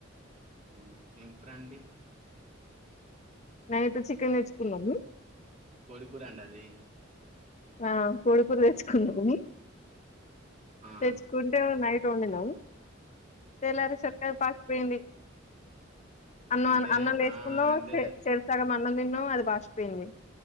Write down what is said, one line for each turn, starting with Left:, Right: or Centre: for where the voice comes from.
Right: <unintelligible> రండి
Left: నైట్ చికెన్ తెేచ్చుకున్నాము
Right: కోడి కూర అండి అది
Left: ఆ కోడికూర తెచ్చుకున్నా
Right: ఆ
Left: తెచ్చుకుంటేన్నాయి వండిన తెలారే సరికల పాసిపోయింది అన్నం
Right: అంటే
Left: అన్నం వేసుకున్నా
Right: ఆ అంటే
Left: చేరి సగం అన్నం తిన్నాం అది పసిపోయింది